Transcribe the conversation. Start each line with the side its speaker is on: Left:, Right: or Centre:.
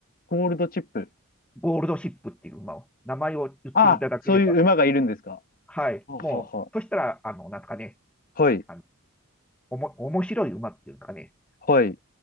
Left: ゴールドチップ。
Centre: ゴールドシップっていう馬を、名前を言っていただければ、
Left: あ、そういう馬がいるんですか。
Centre: はい、
Left: ははは。
Centre: もう、そしたら、あの、なんですかね、
Left: はい、
Centre: あの、おも、面白い馬っていうんですかね、
Left: はい。